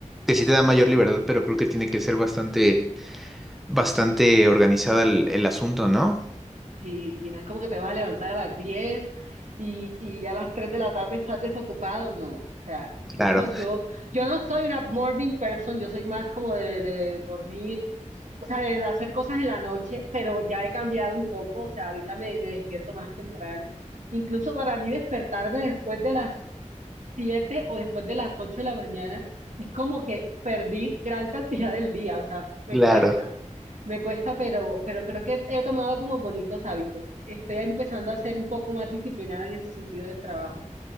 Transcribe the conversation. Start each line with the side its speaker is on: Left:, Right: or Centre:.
Centre: que sí te da mayor libertad, pero creo que tiene que ser bastante Bastante organizado el, el asunto, ¿no?
Right: Y si no es como que te vas a levantar a las 10 y, y ya a las 3 de la tarde estás desocupado, no. O sea, incluso
Centre: Claro,
Right: yo, yo no soy una morning person, yo soy más como de, de dormir o sea, de hacer cosas en la noche, pero ya he cambiado un poco, o sea, ahorita me, me despierto más temprano. Incluso para mí despertarme después de las siete o después de las 8 de la mañana es como que perdí gran cantidad del día, o sea, me
Centre: claro,
Right: cuesta, me cuesta, pero, pero creo que he tomado como bonitos hábitos. Estoy empezando a ser un poco más disciplinada en ese sentido del trabajo